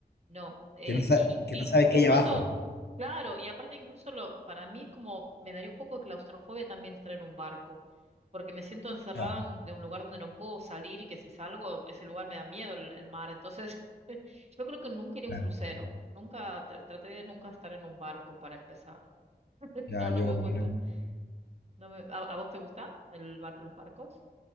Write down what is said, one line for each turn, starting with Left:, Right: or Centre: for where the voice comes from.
Right: no, eh,
Left: Que no, sa-
Right: y in-
Left: que
Right: in-
Left: no sabes
Right: incluso,
Left: qué hay abajo.
Right: claro, y aparte incluso lo, para mí como me daría un poco de claustrofobia también estar en un barco, porque me siento encerrada
Left: Ya,
Right: en- de un lugar donde no puedo salir y que si salgo, ese lugar me da miedo el, el mar, entonces <laughs> yo creo que nunca iría
Left: claro.
Right: a un crucero. Nunca, tra- traté de nunca estar en un barco para empezar. <laughs>
Left: Ya,
Right: No, no
Left: yo
Right: me
Left: opino.
Right: gusta. No me, ¿a, a vos te gusta el bar- los barcos?